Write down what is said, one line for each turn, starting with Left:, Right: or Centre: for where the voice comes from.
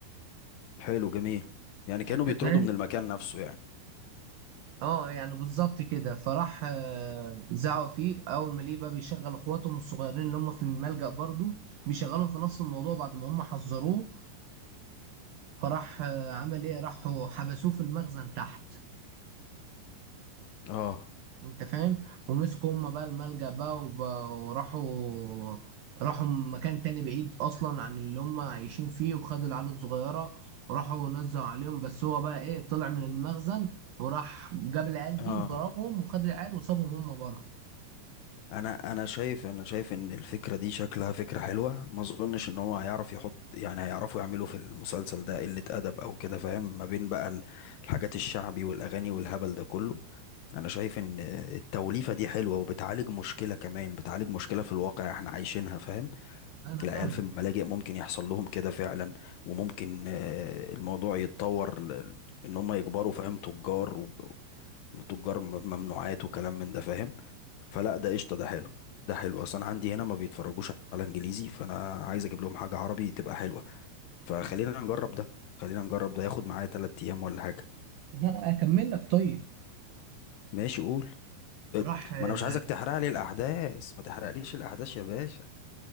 Left: حلو جميل يعني كانوا
Right: انت
Left: بيطردوا
Right: فاهم
Left: من المكان نفسه يعني
Right: اه يعني بالظبط كده فراح آه، زعقوا فيه اول ما ليه بقى بيشغل اخواتهم الصغيرين اللي هم في الملجأ برضو بيشغلهم في نفس الموضوع بعد ما هم حذروه فراح آه، عمل ايه راحوا حبسوه في المخزن تحت
Left: اه
Right: انت فاهم ومسكوا هم بقى الملجأ بقى وب- وراحوا راحوا مكان تاني بعيد اصلا عن اللي هم عايشين فيه وخدوا العيال الصغيره وراحوا نزلوا عليهم بس هو بقى ايه طلع من المخزن وراح جاب العيال
Left: اه
Right: دي وضربهم وخد العيال وسابهم هم بره
Left: انا انا شايف انا شايف ان الفكره دي شكلها فكره حلوه ما اظنش ان هو هيعرف يحط يعني هيعرفوا يعملوا في المسلسل ده قله ادب او كده فاهم ما بين بقى ال- الحاجات الشعبي والاغاني والهبل ده كله انا شايف ان التوليفه دي حلوه وبتعالج مشكله كمان بتعالج مشكله في الواقع احنا عايشينها فاهم
Right: انا
Left: العيال
Right: فاهم
Left: في الملاجئ ممكن يحصل لهم كده فعلا وممكن آه، الموضوع يتطور ل- ان هم يكبروا فاهم تجار وتجار ممنوعات وكلام من ده فاهم فلا ده قشطه ده حلو ده حلو اصلا عندي هنا ما بيتفرجوش على انجليزي فانا عايز اجيب لهم حاجه عربي تبقى حلوه فخلينا نجرب ده خلينا نجرب ده ياخد معايا تلات ايام ولا حاجه
Right: لا اكمل لك طيب
Left: ماشي قول ات-
Right: راح يا
Left: ما انا مش عايزك تحرق لي الاحداث ما تحرقليش الاحداث يا باشا